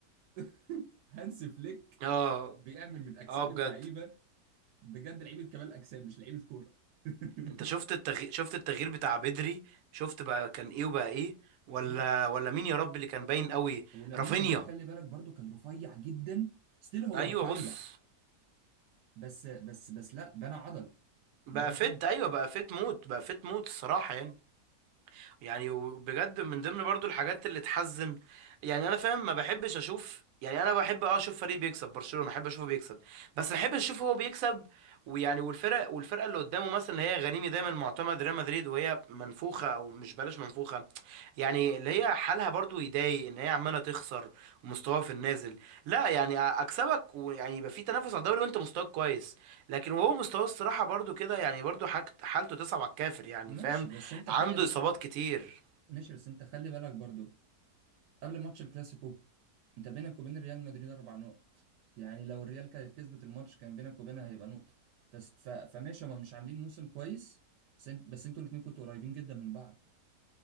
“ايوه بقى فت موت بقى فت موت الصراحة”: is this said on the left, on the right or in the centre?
Right